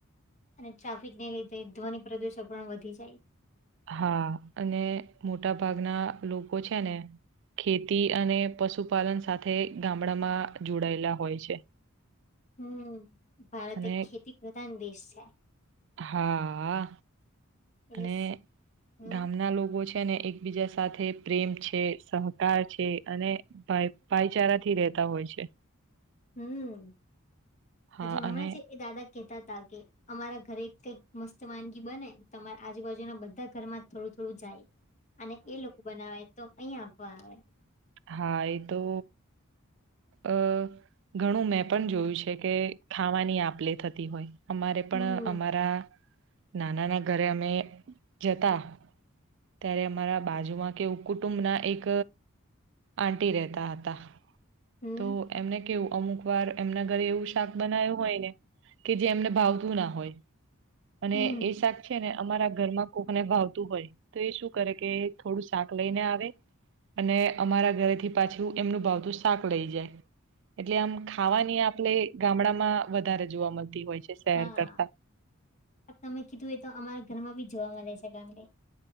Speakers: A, on the left (about 35°); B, on the right (about 55°).
A: અને ટ્રાફિક ને લીધે ધ્વનિ પ્રદુષણ પણ વધી જાય.
B: હા અને મોટા ભાગના લોકો છે ને. ખેતી અને પશુપાલન સાથે ગામડામાં જોડાયેલા હોય છે.
A: હમ્મ ભારત
B: અને
A: એક ખેતી પ્રધાન દેશ છે.
B: હા
A: એટલે
B: અને
A: હમ
B: ગામના લોકો છે. કેને એકબીજા સાથે પ્રેમ છે સહકાર છે અને ભાઈચારા થી હોય છે.
A: હમ
B: હા
A: હજુ હમણાં
B: અને
A: છે એ દાદા કેતા તા કે અમારા ઘરે કઈક મસ્ત વાનગી બને તમારા આજુબાજુના બધા ઘર માં થોડું થોડું જાય અને એ લોકો બનાવે તો અહીિયાં આપવા આવે
B: હા એ તો અ ઘણું મેં પણ જોયું છે કે ખાવાની આપલે થતી હોય અમારે પણ
A: હમ
B: અમારા નાનાના ઘરે અમે જતા ત્યારે અમારા બાજુમાં કેું કુટુંબ ના એક આંટી રહેતા હતા
A: હમ
B: તો એમને કેવું અમુક વાર એમના ઘરે એવું શાક બનાયું હોય ને કે જે એમને ભાવતું ના હોય અને
A: હમ
B: એ શાક છે ને અમારા ઘર માં કોકને ભાવતું હોય તો એ શું કરે કે થોડું શાક લઈને આવે અને અમારા ઘરેથી પાછું એમનું ભાવતું શાક લઈ જાય એટલે આમ ખાવાની આપણે ગામડામાં વધારે જોવા મળતી હોય છે શહેર
A: હા
B: કરતા
A: તમે કીધું એ તો અમારા ઘરમાં બી જોવા મળે છે ગામડે